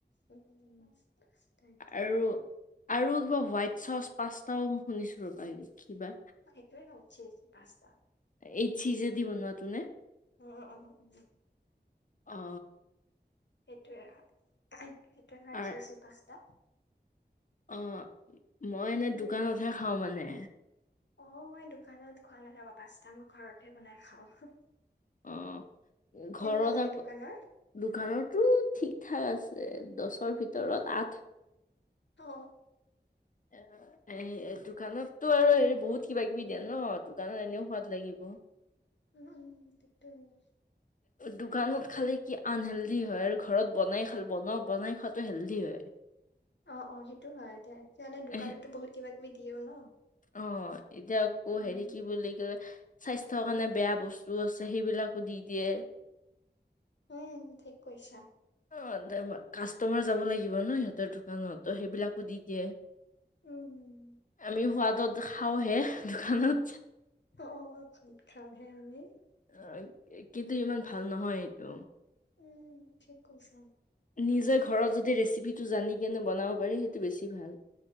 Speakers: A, on the left; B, on the left.
A: উম। তাকে।
B: আৰু আৰু কিবা হোৱাইট চচ পাস্তাও শুনিছো ৰবা হেৰি কিবা।
A: সেইটোৱে হয় চিজ পাস্তা।
B: এই চিজেদি বনোৱাটো নে?
A: উম উম উম
B: অ
A: সেইটোৱে হয় সেইটোয়ে হয়
B: আৰ
A: চি পাঁচটা।
B: অ মই এনে
A: উম
B: দোকানতহে খাওঁ মানে।
A: অ মই দোকানত খোৱা নাযাব পাচটাৰ মই ঘৰতে বনাই খাওঁ।
B: অ
A: কেনেকুৱা
B: ঘৰত
A: লাগে
B: আকৌ
A: দোকানৰ
B: দোকানতো ঠিক ঠাক আছে। দছৰ ভিতৰত আঠ।
A: অ।
B: অ। এ দোকানতটো আৰু হেৰি বহুত কিবা কিবি দিয়ে ন দোকানত এনেও সোৱাদ লাগিব।
A: ইমান কিতোচ।
B: দোকানত খালে কি আনহেল্ডি হয়, আৰু ঘৰত বনাই খাল বনা বনাই খোৱাতটো হেল্ডি হয়।
A: অ অ সেইটো হয় এ সাহে দোকানতো
B: এহ,
A: বহুত কিবা কিবি দিয়েও ন।
B: অ এতিয়া আকৌ
A: উম,
B: হেৰি কি বুলি কয়। স্বাস্থ্যৰ কাৰণে বেয়া বস্তু আছে সেইবিলাকো দি দিয়ে।
A: উম ঠিক কৈছা।
B: অ কাষ্টমাৰ যাব লাগিব ন সিহঁতৰ দোকানত। ত সেইবিলাকো দি দিয়ে
A: উম
B: আমি সোৱাদত খাওঁহে। দোকানত
A: অ খাত খাওঁহে আমি।
B: অ, কিন্তু ইমান ভাল নহয় এইটো।
A: উম, ঠিক কৈছা।
B: নিজৰ ঘৰত যদি ৰেচিপিটো জানি কেনে বনাব পাৰি সেইটো বেছি ভাল।